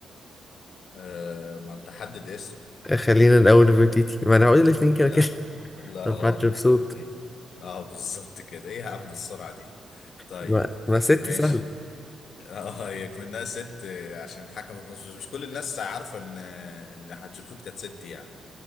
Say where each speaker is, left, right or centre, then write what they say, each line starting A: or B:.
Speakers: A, on the left; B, on the left.
A: آه، ما انت حدد اسم
B: آه، خلينا الأول نفرتيتي ما أنا هقول الاتنين كده
A: لا
B: كده <laughs>
A: لا
B: طب
A: غلط
B: حتشبسوت
A: مش برتيتي اه بالظبط كده ايه يا عم السرعة دي طيب
B: ما, ما ست
A: ماشي
B: سهل
A: اه هي منها ست عشان حكمت مصر بس مش كل الناس عارفه ان ان حتشبسوت كانت ست يعني